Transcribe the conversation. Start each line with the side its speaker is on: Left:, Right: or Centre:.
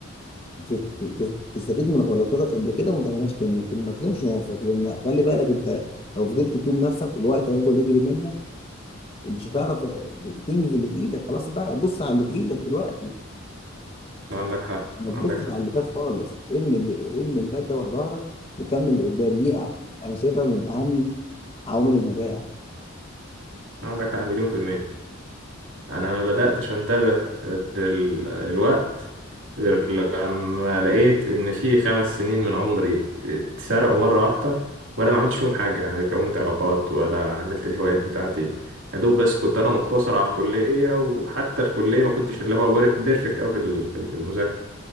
Left: ت- ت- تستفيد من غلطاتك قبل كده وما تعملهاش تاني لكن ما تلومش نفسك لان خلي بالك انت لو فضلت تلوم نفسك الوقت هيفضل يجري منك ومش هتعرف تنجز اللي في ايدك خلاص بقى بص على اللي في ايدك دلوقتي
Right: عندك حق
Left: ما تبصش
Right: عندك حق
Left: على اللي فات خالص ارمي اللي ارمي اللي فات ده ورا ظهرك وكمل اللي قدام دي انا شايفها من اهم عوامل النجاح
Right: عندك حق مليون في المية انا ما بدأتش انتبه للوقت غير لما لقيت ان في خمس سنين من عمري اتسرقوا مرة واحدة وانا ما عملتش فيهم حاجة يعني كونت علاقات ولا عملت الهوايات بتاعتي يا دوب بس كنت انا مقتصر على الكلية وحتى الكلية ما كنتش اللي هو بير- بيرفكت اوي في ال- في ال- في المذاكرة